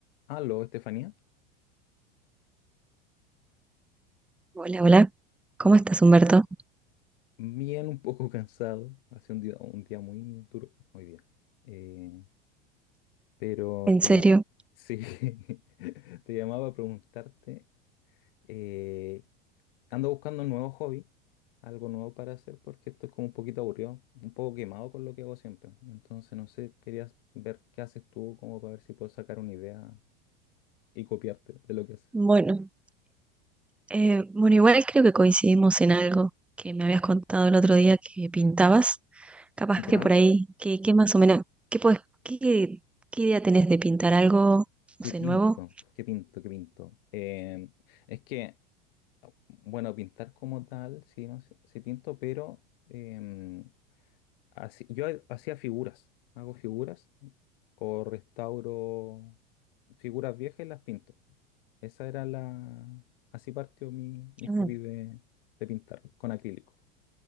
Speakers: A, on the left; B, in the centre.
A: Aló, Estefanía.
B: Hola, hola. ¿Cómo
A: Hola.
B: estás, Humberto?
A: Bien, un poco <laughs> cansado. Hace un día, un día muy duro hoy día. Eh, pero
B: ¿En
A: te
B: serio?
A: llam- Sí, <laughs> te llamaba a preguntarte. eh, ando buscando un nuevo hobby, algo nuevo para hacer, porque esto es como un poquito aburrido, un poco quemado con lo que hago siempre. Entonces, no sé, querías ver qué haces tú, como para ver si puedo sacar una idea y copiarte de lo que haces.
B: Bueno, eh, bueno, igual creo que coincidimos en algo que me habías contado el otro día que pintabas. Capaz
A: ¿Ya?
B: que por ahí, ¿qué, qué más o menos, qué, podés- qué, qué idea tenés de pintar algo,
A: ¿Qué
B: no sé,
A: pinto?
B: nuevo?
A: ¿Qué pinto? ¿Qué pinto? Eh, es que. Bueno, pintar como tal, sí, no sé, sí pinto, pero em, así- yo ha- hacía figuras, hago figuras o restauro figuras viejas y las pinto. Esa era la... Así partió mi, mi hobby
B: Mm.
A: de, de pintar con acrílico.